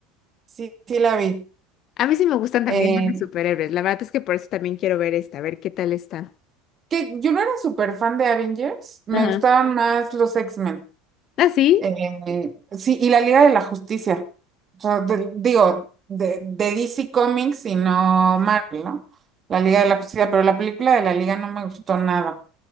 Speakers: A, on the right; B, on the left.
A: sí, sí la vi.
B: A mí sí me gustan también
A: Eh,
B: los de superhéroes. La verdad es que por eso también quiero ver esta, a ver qué tal está.
A: que yo no era súper fan de Avengers, me
B: Ajá.
A: gustaban más los X-Men.
B: ¿Ah, sí?
A: Eh, sí, y la Liga de la Justicia. O sea, de- digo, de, de DC Comics y no Marvel, ¿no? La Liga de la Justicia, pero la película de la Liga no me gustó nada.